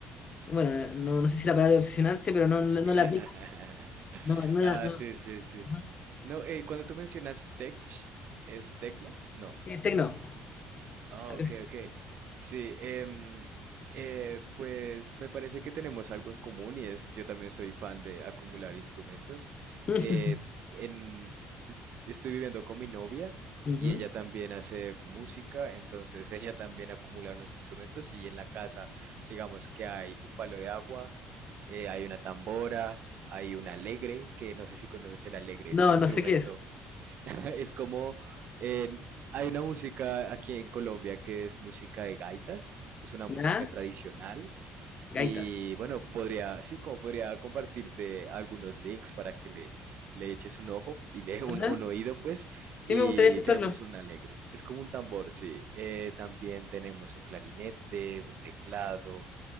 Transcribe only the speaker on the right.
<laughs>
Ah,
sí, sí, sí.
No, eh, cuando tú mencionas tech, ¿es tecno? No.
Ah,
ok,
ok. Sí, em, eh, pues me parece que tenemos algo en común y es, yo también soy fan de acumular instrumentos.
Eh, en, es- estoy viviendo con mi novia
y ella también hace música, entonces <laughs> ella también acumula unos instrumentos y en la casa, digamos que hay un palo de agua, eh, hay una tambora, hay un alegre, que no sé si conoces el alegre,
es un instrumento.
<laughs> Es como en- hay una música aquí en Colombia que es música de gaitas, es una
música tradicional
y bueno, podría, sí, como podría compartirte algunos links para que le, le eches un ojo y le <laughs>
un, un oído pues
y
tenemos un alegre, es como un tambor, sí, Eh, también tenemos un clarinete, un teclado,